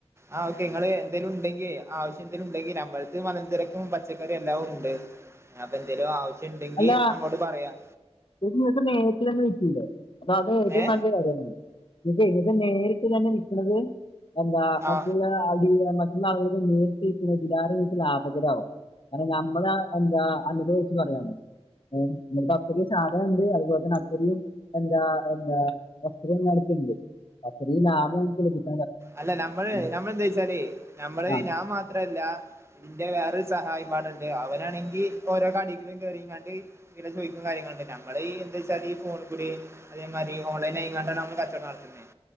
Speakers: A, on the right; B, on the left.
A: ആ ഓക്കെ നിങ്ങൾ എന്തേലും ഉണ്ടെങ്കിൽ ആവശ്യം എന്തേലും ഉണ്ടെങ്കിൽ നമ്മളെരുത്ത് മലംചരക്കും പച്ചക്കറിയും എല്ലാം ഉണ്ട് അപ്പൊ എന്തെങ്കിലും ആവശ്യം ഇണ്ടെങ്കി
B: അല്ല
A: നമ്മോട് പറയാം.
B: <unintelligible> നേരിട്ട് തന്നെ വിറ്റൂടെ അപ്പൊ അത് ഏറ്റവും
A: ഏ
B: നല്ല കാര്യണ് ഇത് ഇത് നേരിട്ട് തന്നെ വിൽക്കണത് എന്താ മറ്റുള്ള
A: ആ
B: മറ്റുള്ള ആളുകൾക്ക് നേരിട്ട് വിൽക്കുന്നത് ഇതിലേറെ ഇങ്ങക്ക് ലാഭകരാവും കാരണം നമ്മള എന്താ അനുഭവ വെച്ച് പറയാണ് <unintelligible> ആ അതുണ്ട് അതുപോലെ തന്നെ അത്തരം എന്താ എന്താ വസ്തുതങ്ങളൊക്കെ ഉണ്ട് അത്രയും ലാഭം <inaudible>
A: അല്ല നമ്മള്
B: ഉം.
A: നമ്മളെന്താ വെച്ചാല് നമ്മള്
B: ആ
A: ഞാൻ മാത്രല്ല ഇതിന്റെ വേറൊരു സഹായിം പാടണ്ട് അവനാണെങ്കിൽ ഓരോ കടയിലും കേറിങ്ങാണ്ട് ഇങ്ങന ചോദിക്കും കാര്യങ്ങളണ്ട് നമ്മള് ഈ എന്താ വെച്ചാ ഈ ഫോണി കൂടി അതേമാതിരി ഓൺലൈൻ ആയാണ്ടാണ് നമ്മൾ കച്ചവടം നടത്തുന്നുന്നത്